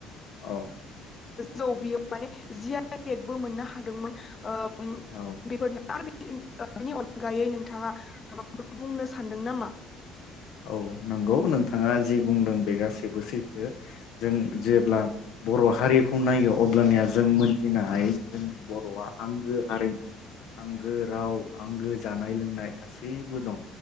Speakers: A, on the left; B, on the left.
A: औ
B: जौ बियो माने जि आइ तेकबो मोननो हादोंमोन ओ उम
A: औ
B: बेफोरनो आरो बिनि ओ बिनि अनगायै नोंथाङा माबाफोर बुंनो सानदों नामा?
A: औ नंगौ नोंथाङा जि बुंदों बे गासैबो सैथो जों जेब्ला बर' हारिखौ नायो अब्लानिया जों मोनथिनो हायो जोंनि बर'आ आंगो हारिमु आंगो राव आंगो जानाय लोंनाय गासैबो दं।